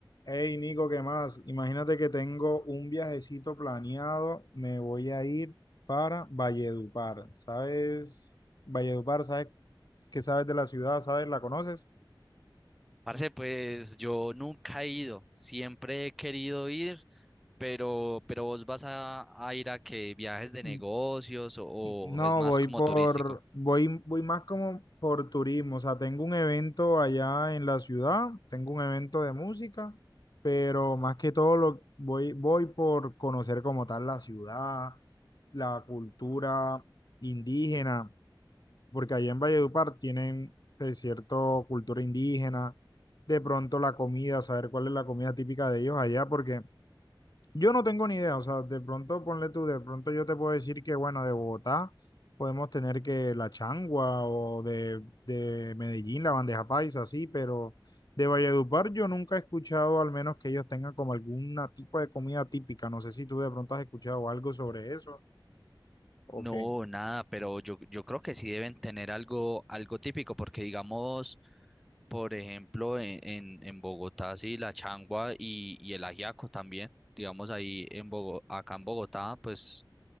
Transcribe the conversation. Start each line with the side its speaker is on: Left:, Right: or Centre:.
Left: Hey Nico, ¿qué más? Imagínate que tengo un viajecito planeado, me voy a ir para Valledupar. ¿Sabes? Valledupar, ¿sabes qué sabes de la ciudad? ¿Sabes? ¿La conoces?
Centre: Parce, pues yo nunca he ido, siempre he querido ir, pero, pero vos vas a, a ir a que viajes de negocios
Left: N-
Centre: o, o
Left: No,
Centre: es más
Left: voy
Centre: como
Left: por,
Centre: turístico.
Left: voy, voy más como por turismo. O sea, tengo un evento allá en la ciudad, tengo un evento de música, pero más que todo lo voy, voy por conocer como tal la ciudad, la cultura indígena porque allá en Valledupar tienen eh, cierto cultura indígena, de pronto la comida, saber cuál es la comida típica de ellos allá, porque yo no tengo ni idea, o sea, de pronto ponle tú, de pronto yo te puedo decir que, bueno, de Bogotá podemos tener que la changua o de, de Medellín, la bandeja paisa, así, pero de Valledupar yo nunca he escuchado, al menos que ellos tengan como alguna tipo de comida típica, no sé si tú de pronto has escuchado algo sobre eso o
Centre: No,
Left: qué.
Centre: nada, pero yo, yo creo que sí deben tener algo, algo típico, porque digamos, Por ejemplo, en, en, en Bogotá, sí, la changua y, y el ajiaco también. Digamos, ahí en Bogo- acá en Bogotá, pues